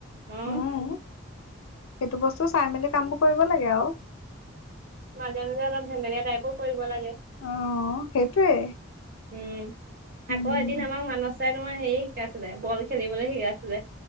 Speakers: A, on the right; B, on the left.
A: অ
B: উম। সেইটো বস্তু চাই মেলি কামবোৰ কৰিব লাগে আও।
A: মাজে মাজে অলপ ধেমেলীয়া টাইপো কৰিব লাগে।
B: অ সেইটোৱে
A: উম
B: উম
A: আকৌ এদিন আমাক মানহ চাই তোমাৰ হেৰি শিকাইছিলে বল খেলিবলৈ শিকাইছিলে।